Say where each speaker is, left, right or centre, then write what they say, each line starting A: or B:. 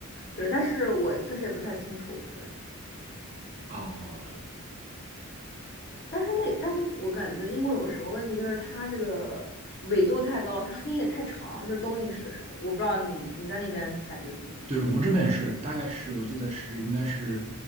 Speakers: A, on the left; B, on the right.
A: 对，但是我确实也不太清楚，对，
B: 哦，对
A: 但是那但是我感觉英国有个什么问题，就是它这个纬度太高，它黑夜太长，就是冬令时的时候，我不知道你你在那边感觉怎么样
B: 对，我们这边也是，大概是我记得是应该是